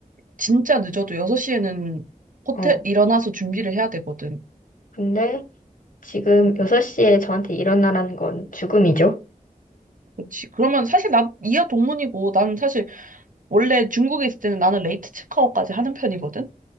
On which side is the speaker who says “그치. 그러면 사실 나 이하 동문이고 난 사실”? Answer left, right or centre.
Right